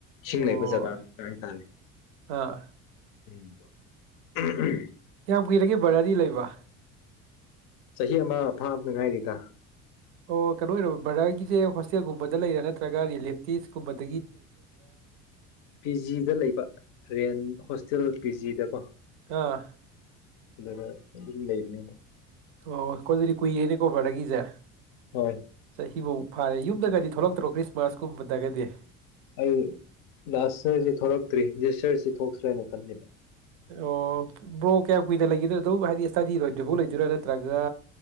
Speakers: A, on the left; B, on the right.
A: ꯁꯤꯁꯤꯡ
B: ꯑꯣ
A: ꯂꯩꯕꯨꯖꯒꯥꯒ ꯇꯅꯤ
B: ꯑꯥ
A: ꯎꯝ ꯎꯝ ꯎꯝ
B: ꯌꯥꯒꯤꯔꯒꯦ ꯕꯔꯌꯥꯗꯤ ꯂꯩꯕ
A: ꯆꯍꯤ ꯑꯃ ꯐꯥꯞꯅꯉꯥꯏꯔꯤꯗ
B: ꯑꯣ ꯀꯩꯅꯣ ꯑꯣꯏꯔꯕꯣ ꯕ꯭ꯔꯗꯔꯒꯤꯁꯦ ꯍꯣꯁꯇꯦꯜꯒꯨꯝꯕꯗ ꯂꯩꯔꯥ ꯅꯠꯇ꯭ꯔꯒ ꯔꯤꯂꯦꯞꯇꯤꯁꯀꯨꯝꯕꯗ
A: ꯄꯤꯖꯤꯗ ꯂꯩꯕ ꯔꯦꯟ ꯍ ꯇꯤꯜ ꯄꯤ ꯖꯤꯗ ꯀꯣ
B: ꯑꯥ
A: ꯑꯗꯨꯔ ꯂꯩꯔꯅꯤ
B: ꯑꯣ ꯀꯣꯏꯗꯗꯤ ꯀꯨꯏꯅꯦ ꯀꯣꯔꯕꯔꯒ ꯆꯦ
A: ꯍꯣꯏ
B: ꯆꯍꯤꯐꯧ ꯐꯥꯔꯦ ꯌꯨꯝꯗꯒꯗꯤ ꯊꯣꯛꯂꯛꯇ ꯄꯠꯇ꯭ꯔꯣ ꯈ꯭ꯔꯤꯁꯃꯥꯁꯀꯨꯝꯕ ꯇꯒꯗꯤ
A: ꯑꯩ ꯂꯥꯁꯔꯁꯤ ꯊꯣꯛꯂꯛꯇ꯭ꯔꯤ ꯂꯤꯗꯤꯁꯔꯁꯤ ꯊꯣꯛꯁ꯭ꯔꯦꯅ ꯈꯟꯜꯂꯤꯦꯕ
B: ꯑꯣ ꯕ꯭ꯔꯣ ꯀꯌꯥꯝ ꯀꯨꯏꯅ ꯂꯩꯒꯗꯣ ꯑꯗꯨꯝ ꯍꯥꯏꯗꯤ ꯏꯁꯇꯗꯤ ꯔꯣꯏꯗꯨꯐꯥꯎ ꯂꯩꯗꯣꯏꯔꯥ ꯅꯠꯇ꯭ꯔꯒ